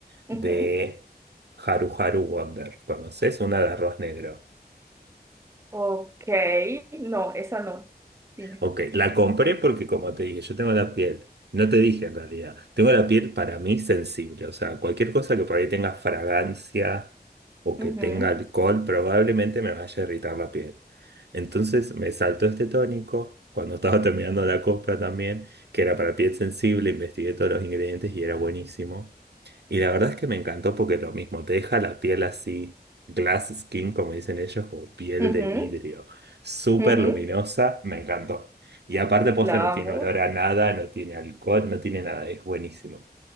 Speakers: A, on the right; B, on the right.
A: Ujú.
B: de Haru Haru Wonder. ¿Conoces? Una de arroz negro.
A: Ok, no, esa no. Dime.
B: Ok, la compré porque como te dije, yo tengo la piel, no te dije en realidad, tengo la piel para mí sensible, o sea, cualquier cosa que por ahí tenga fragancia o que
A: Ujú,
B: tenga alcohol probablemente me vaya a irritar la piel. Entonces me saltó este tónico cuando estaba <laughs> terminando la compra también, que era para piel sensible, investigué todos los ingredientes y era buenísimo. Y la verdad es que me encantó porque lo mismo, te deja la piel así, glass skin, como dicen ellos, como piel
A: ujú,
B: de vidrio, súper
A: ujú.
B: luminosa, me encantó. Y aparte posta
A: La
B: no tiene
A: amo.
B: olor a nada, no tiene alcohol, no tiene nada, es buenísimo.